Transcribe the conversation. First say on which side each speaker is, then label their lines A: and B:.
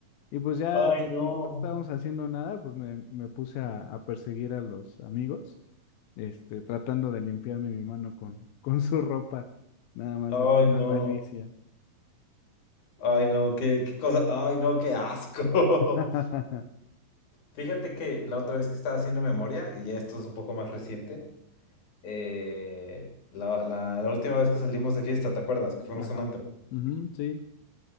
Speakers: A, on the left; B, on the left.
A: Y pues ya,
B: Ay,
A: no-
B: no.
A: como no estábamos haciendo nada, pues me, me puse a, a perseguir a los amigos, este, tratando de limpiarme mi mano con, <laughs> con su ropa, nada más
B: Ay,
A: de pura
B: no.
A: malicia.
B: Ay, no, qué, qué cosa. Ay, no, qué asco.
A: <laughs>
B: <laughs> Fíjate que la otra vez que estaba haciendo memoria, y ya esto es un poco más reciente, eh, la, la- la última vez que salimos de fiesta, ¿te acuerdas? Que fuimos
A: Ajá.
B: a un antro.
A: Ujú, sí.